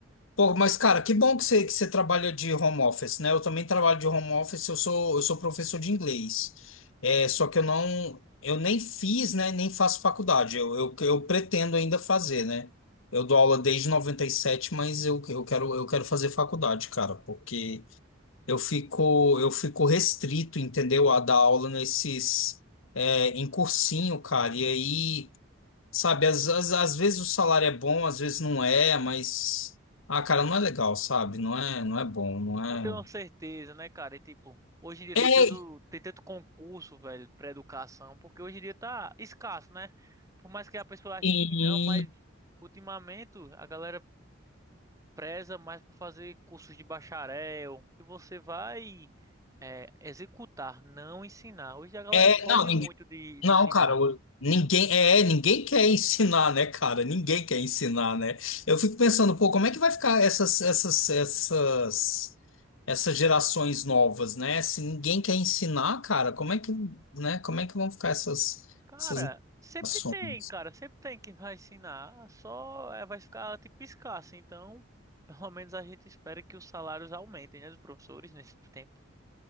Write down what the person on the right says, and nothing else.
Não tenho certeza, né, cara? E, tipo, hoje em dia tem
tanto, tem tanto concurso, velho, pra educação, porque hoje em dia tá escasso, né? Por mais que a pessoa ache
que não, mas ultimamente a galera preza mais por fazer cursos de bacharel, que você vai é, executar, não ensinar. Hoje a galera
foge
muito de, de
ensinar.
Cara,
sempre
tem, cara, sempre tem quem vai ensinar, só é, vai ficar tipo escasso, então pelo menos a gente espera que os salários aumentem, né, dos professores <laughs> nesse tempo,